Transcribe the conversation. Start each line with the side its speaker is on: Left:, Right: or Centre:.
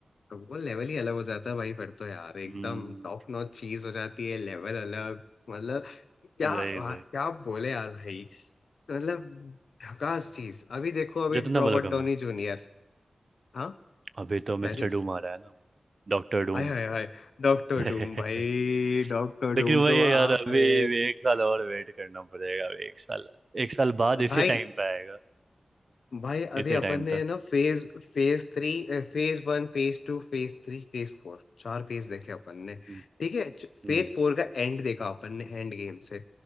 Left: वो लेवल ही अलग हो जाता है भाई फिर तो यार एकदम
Right: हम्म
Left: टॉप नॉच चीज हो जाती है लेवल अलग मतलब क्या
Right: वही
Left: हाँ,
Right: वही
Left: क्या बोले यार भाई मतलब झकास चीज अभी देखो अभी
Right: जितना
Left: रॉबर्ट
Right: बोलो कम
Left: डॉनी
Right: है
Left: जूनियर हाँ
Right: अभी तो मिस्टर
Left: क्या चीज
Right: डूम आ रहा है ना डॉक्टर डूम
Left: हाय हाय हाय डॉक्टर
Right: <laughs>
Left: डूम भाई डॉक्टर
Right: लेकिन
Left: डूम
Right: वही
Left: तो
Right: है
Left: आप
Right: यार अभी
Left: रे
Right: भी एक साल और वेट करना पड़ेगा अभी एक साल एक साल बाद इसी
Left: भाई
Right: टाइम पे आएगा
Left: भाई अभी
Right: इसी
Left: अपन
Right: टाइम
Left: ने
Right: पे
Left: ना phase phase थ्री phase वन phase टू फेज थ्री phase फोर चार phase देखे अपन ने
Right: हम्म
Left: ठीक है
Right: हम्म
Left: फेज फोर का एंड देखा अपन ने एंड गेम से